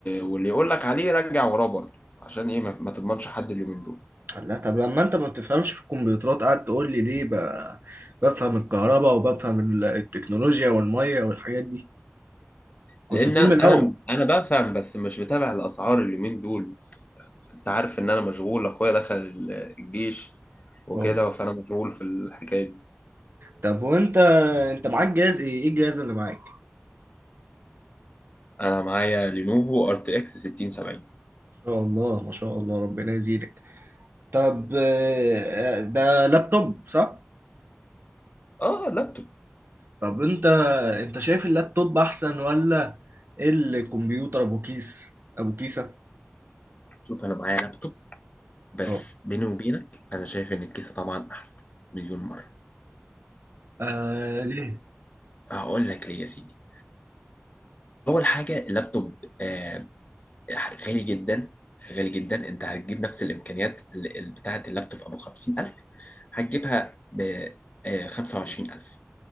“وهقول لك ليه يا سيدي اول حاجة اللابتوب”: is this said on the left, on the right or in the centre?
Left